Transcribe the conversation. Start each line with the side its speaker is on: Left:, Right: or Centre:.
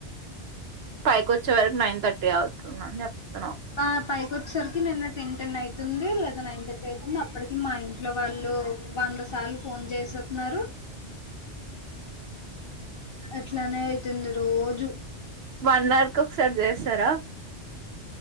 Right: పెకోచ్చేవరకు నైన్ థర్టీ అవుతుందని చెప్తున్నావ్
Left: ఆ పైకి వచ్చేసరికి నిన్న టెన్ టెన్ అయితుంది లేదా నైన్ థర్టీ అవుతుంది అప్పడికి మా ఇంట్లో వాళ్ళు వంద సార్లు ఫోన్ చేసేత్నారు అట్లనే అయితుంది రోజు
Right: వనర్క్ ఒకసారి చేస్తారా?